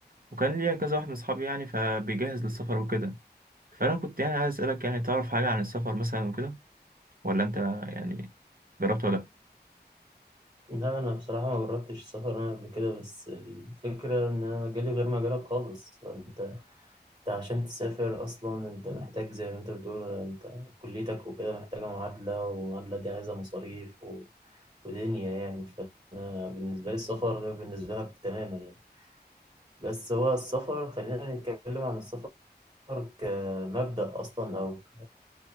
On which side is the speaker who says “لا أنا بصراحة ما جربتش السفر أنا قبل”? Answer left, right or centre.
Right